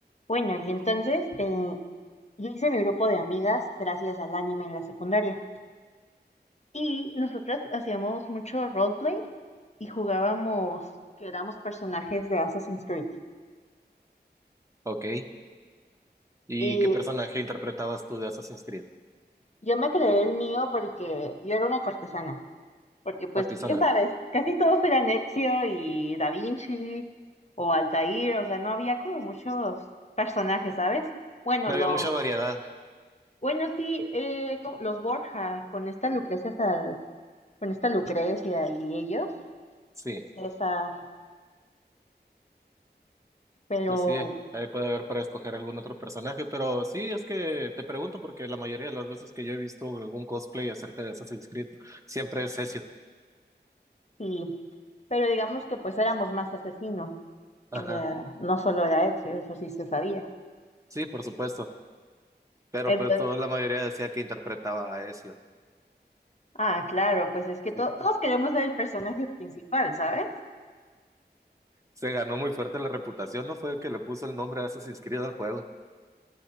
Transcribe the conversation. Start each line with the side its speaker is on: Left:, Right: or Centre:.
Left: Bueno, y entonces eh, yo hice mi grupo de amigas gracias al anime en la secundaria. Y nosotras hacíamos mucho roleplay y jugábamos que éramos personajes de Assassin's Creed.
Right: Ok. ¿Y
Left: Y
Right: qué personaje interpretabas tú de Assassin's Creed?
Left: yo me creé el mío porque yo era una cortesana. Porque pues,
Right: Partizana.
Left: ya sabes, casi todos eran Ezio y Da Vinci o Altair. O sea, no había como muchos personajes, ¿sabes? Bueno,
Right: No
Left: los...
Right: había mucha variedad.
Left: Bueno, sí, eh, como- los Borja con esta Lucrecia con esta Lucrecia y ellos,
Right: Sí,
Left: esa, pero
Right: pues sí, ahí puede haber para escoger algún otro personaje, pero sí, es que te pregunto porque la mayoría de las veces que yo he visto algún cosplay acerca de Assassin's Creed, siempre es Ezio.
Left: sí, pero digamos que pues éramos más asesinos,
Right: Ajá.
Left: o sea, no solo era Ezio, eso sí se sabía.
Right: Sí, por supuesto. Pero
Left: Entonces,
Right: pues toda la mayoría decía que interpretaba a Ezio.
Left: ah, claro, pues es que to-
Right: Sí.
Left: todos queremos ser el personaje principal, ¿sabes?
Right: Se ganó muy fuerte la reputación, ¿no? Fue el que le puso el nombre a Assassin's Creed al juego.